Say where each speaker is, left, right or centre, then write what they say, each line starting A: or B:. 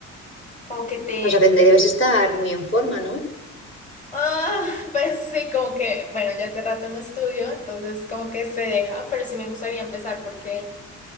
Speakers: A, on the left; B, on the left.
A: como que te...
B: O sea que debes estar muy en forma, ¿no?
A: Ah, pues sí, como que, bueno, ya hace rato no estudio, entonces como que se deja, pero sí me gustaría empezar porque...